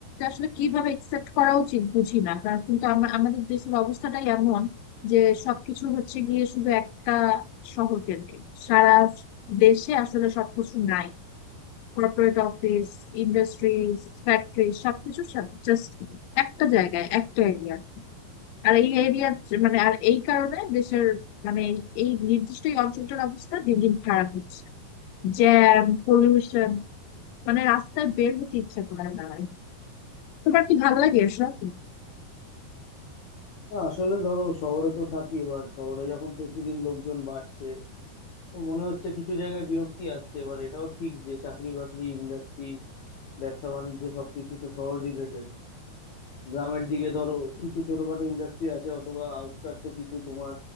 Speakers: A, on the left (about 80°); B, on the left (about 60°).
A: আসলে কিভাবে একসেপ্ট করা উচিত বুঝি না কারণ কিন্তু আমা- আমাদের দেশের অবস্থাটাই এমন যে সবকিছু হচ্ছে গিয়ে শুধু একটা শহর কেন্দ্রিক সারা দেশে আসলে সবকিছু নাই কর্পোরেট অফিস ইন্ডাস্ট্রিজ ফ্যাক্টরি সবকিছু জাস্ট একটা জায়গায় একটা এরিয়া আর এই এরিয়া মানে আর এই কারণে দেশের মানে এই নির্দিষ্ট এই অঞ্চলটার অবস্থা দিন দিন খারাপ হচ্ছে জ্যাম পলিউশন মানে রাস্তায় বের হতে ইচ্ছে করে না তোমার কি ভালো লাগে এসব
B: না আসলে ধরো শহরে তো থাকি এবার শহরে যখন প্রতিদিন লোকজন বাড়ছে তো মনে হচ্ছে কিছু জায়গায় বিরক্তি আসছে এবার এটাও ঠিক যে চাকরি বাকরি ইন্ডাস্ট্রি ব্যবসা বাণিজ্য সবকিছু তো শহর রিলেটেড গ্রামের দিকে ধরো কিছু ছোটখাটো ইন্ডাস্ট্রি আছে অথবা আউটস্কার্টসে কিছু তোমার